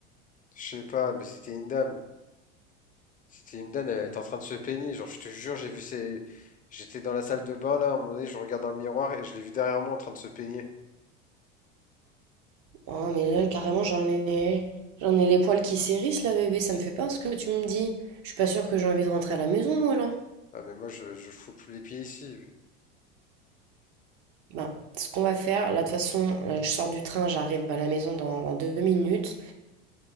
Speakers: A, on the left; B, on the right.
A: Je sais pas, mais c'était une dame. C'était une dame, elle était en train de se peigner. Genre, je te jure, j'ai vu ses... J'étais dans la salle de bain, là, à un moment donné, je regarde dans le miroir et je l'ai vu derrière moi en train de se peigner.
B: Ah, mais là, carrément, j'en ai... j'en ai les poils qui s'hérissent, là, bébé. Ça me fait peur ce que tu me dis. Je suis pas sûre que j'ai envie de rentrer à la maison, moi, là.
A: Ah, mais moi, je, je fous plus les pieds ici. lui.
B: Bah, ce qu'on va faire, là, de toute façon, là, je sors du train, j'arrive à la maison dans, dans deux minutes.